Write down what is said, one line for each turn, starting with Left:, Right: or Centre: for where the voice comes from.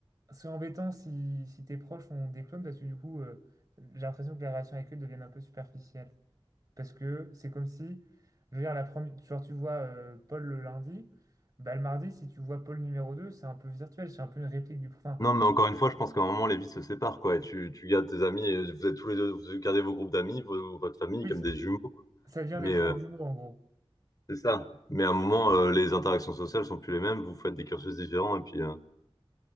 Right: c'est embêtant si, si tes proches ont des clones, parce que du coup, euh, j'ai l'impression que les relations avec eux deviennent un peu superficielles. Parce que c'est comme si, je veux dire, la première, genre tu vois euh, Paul le lundi, bah, le mardi, si tu vois Paul numéro 2, c'est un peu virtuel, c'est un peu une réplique du... prochain.
Left: Non, mais encore une fois, je pense qu'à un moment, les vies se séparent, quoi. Et tu, tu gardes tes amis, et vous êtes tous les deux, vous gardez vos groupes d'amis, vos- votre famille,
Right: Oui.
Left: comme
Right: c'est-
Left: des jumeaux, quoi.
Right: ça vient
Left: Mais
Right: des frères
Left: euh,
Right: jumeaux, en gros.
Left: c'est ça. Mais à un moment, euh, les interactions sociales sont plus les mêmes, vous faites des cursus différents, et puis euh,